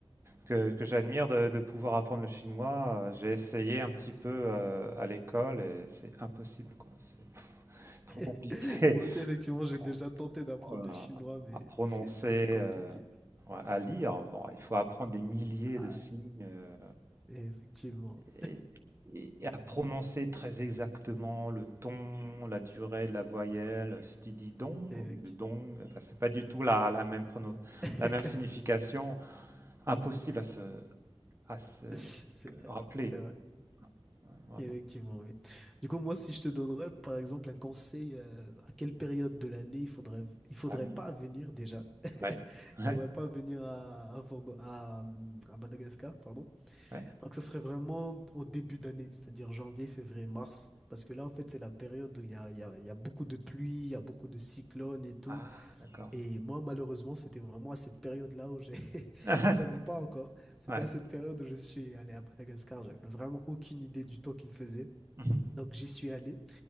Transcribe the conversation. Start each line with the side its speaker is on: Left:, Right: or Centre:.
Right: que que j'admire de de pouvoir apprendre le chinois, heu, j'ai essayé
Centre: Mhm.
Right: un petit peu, heu, à l'école et c'est impossible, quoi. C'est trop compliqué.
Centre: <laughs> Moi
Right: <laughs>
Centre: aussi, effectivement, j'ai déjà tenté d'apprendre
Right: Oh là
Centre: le chinois,
Right: là,
Centre: mais
Right: à prononcer,
Centre: c'est, c'est, c'est compliqué.
Right: heu, ouais, à lire, bon, il faut apprendre des milliers
Centre: Ah,
Right: de signes, euh,
Centre: effectivement.
Right: Et et et à prononcer très exactement le ton, la durée de la voyelle, si tu dis dong
Centre: Effectivement.
Right: au lieu de dong, enfin, c'est pas du tout la la même prono
Centre: <laughs>
Right: la même signification, impossible à se à se
Centre: C'est vrai.
Right: rappeler,
Centre: C'est vrai.
Right: hein, vraiment.
Centre: Effectivement, oui. Du coup, moi, si je te donnerais, par exemple, un conseil, euh, à quelle période de l'année il faudrait, il faudrait
Right: Ah oui?
Centre: pas venir déjà. <laughs>
Right: Ouais, ouais,
Centre: Il faudrait pas venir à, à, Fordo- à, hum, à Madagascar, pardon.
Right: ouais.
Centre: Donc, ça serait vraiment au début d'année, c'est-à-dire janvier, février, mars. Parce que là, en fait, c'est la période où il y a, il y a, il y a beaucoup de pluie, il y a beaucoup de cyclones et tout.
Right: Ah d'accord.
Centre: Et moi, malheureusement, c'était vraiment à cette période-là où j'ai, <laughs>
Right: <laughs>
Centre: je savais pas encore. C'était
Right: Ouais.
Centre: à cette période où je suis allé à Madagascar. J'avais vraiment aucune idée du temps qu'il faisait.
Right: Mmh
Centre: Donc j'y suis allé,